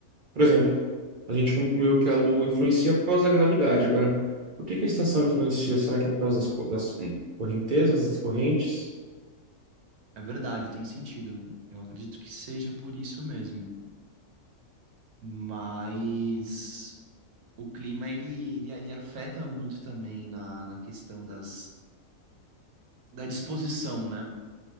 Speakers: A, on the right (about 60°); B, on the right (about 75°).
A: Por exemplo, a gente concluiu que a Lua influencia por causa da gravidade. Agora, por que que a estação influencia? Será que é por causa das, co- das correntezas, das correntes?
B: É verdade, tem sentido. Eu acredito que seja por isso mesmo. Mas o clima ele, ele, ele afeta muito também na, na questão das, da disposição, né?